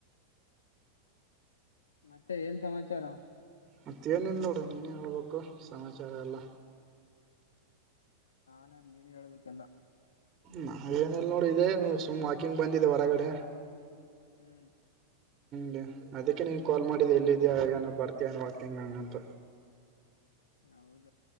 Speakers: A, on the left; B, on the right.
A: ಮತ್ತೆ ಏನ್ ಸಮಾಚಾರ.
B: ಮತ್ತೇ ಏನಿಲ್ಲ ನೋಡ್ರಿ ನೀನೇ ಹೇಳ್ಬೇಕು ಸಮಾಚಾರ ಎಲ್ಲ.
A: ನೀನು ಹೇಳ್ಬೇಕೆಲ್ಲ.
B: ನಾ ಏನಿಲ್ಲ ನೋಡ್ ಇದೇಗ್ ಸುಮ್ ವಾಕಿಂಗ್ ಬಂದಿದೆ ಹೊರಗಡೆ.
A: ಹ್ಮು
B: ಗೆ ಅದಕ್ಕೆ ನಿಂಗ್ ಕಾಲ್ ಮಾಡಿದೆ ಎಲ್ಲಿ ಇದಿಯಾ ಏನ್ ಬರ್ತೀಯಾ ವಾಕಿಂಗ್ ಹಂಗ ಅಂತ.
A: ಹೌದು